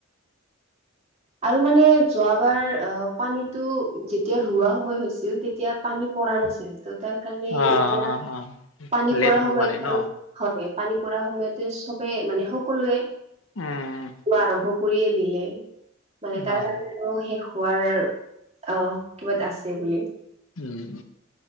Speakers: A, on the right; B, on the left.
A: আৰু মানে যোৱাবাৰ অ পানীটো যেতিয়া ৰোৱা সময় হৈছিল তেতিয়া পানী পৰা নাছিল ত' তাৰ কাৰণে
B: অ
A: এতিয়া
B: অ অ
A: পানী
B: লেট
A: পৰা
B: হ'ল
A: সময়ত
B: মানে ন?
A: আৰু। হয় পানী পৰা সময়তে চবে মানে সকলোৱে
B: উম।
A: আৰম্ভ কৰিয়ে দিলে। মানে তাৰ
B: অ',
A: কাৰণে আৰু শেষ হোৱাৰ আহ কিবাত আছে বুলি।
B: উম।